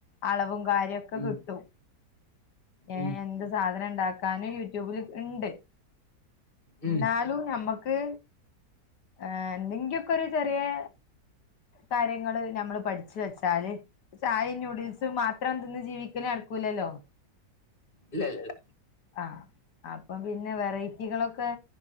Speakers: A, on the left; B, on the left.
A: അളവും കാര്യോക്ക
B: ഉം,
A: കിട്ടും ഏഹ്
B: ഉം,
A: എന്ത് സാധന ഇണ്ടാക് ക്കാനും യൂട്യൂബില് ഇണ്ട്
B: ഉം.
A: ഇന്നാലും ഞമ്മക്ക് ഏഹ് എന്തെങ്കി ഒക്കെ ഒരു ചെറിയെ കാര്യങ്ങള് ഞമ്മള് പഠിച്ച് വെച്ചാല് ചായെം നൂഡിൽസും മാത്രം തിന്ന് ജീവിക്കല് നടക്കൂലല്ലോ
B: ഇല്ല ഇല്ല ഇല്ല
A: ആഹ് അപ്പം പിന്നെ വെറൈറ്റികളൊക്കെ